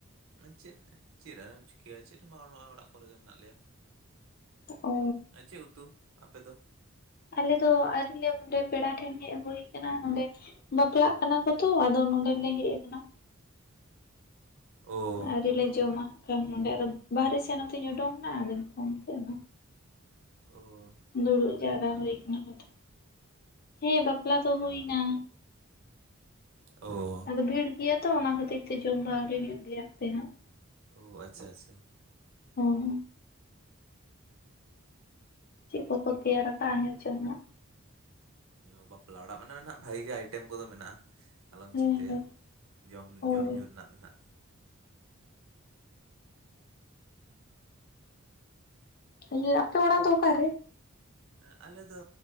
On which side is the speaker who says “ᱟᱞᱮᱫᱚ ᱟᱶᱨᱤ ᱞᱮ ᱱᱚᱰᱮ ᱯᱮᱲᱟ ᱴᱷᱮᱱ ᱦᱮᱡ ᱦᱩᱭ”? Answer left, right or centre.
Left